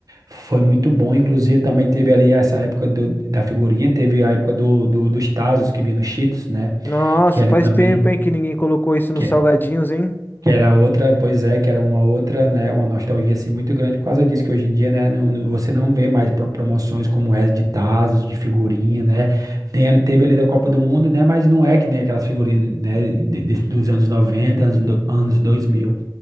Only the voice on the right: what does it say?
Foi muito bom, inclusive também teve ali essa época do- da figurinha, teve a época do, do- dos Tazos que vinha no Cheetos, né?
Que ali
também,
que,
que era outra, pois é, que era uma outra, né, uma nostalgia assim muito grande por causa disso, que hoje em dia, né, não- não- você não vê mais pro- promoções como essa de tazos, de figurinha, né, tem, ali- teve ali da Copa do Mundo, né, mas não é que nem aquelas figurinhas, né, de- de- dos anos 90 anos, do- anos dois mil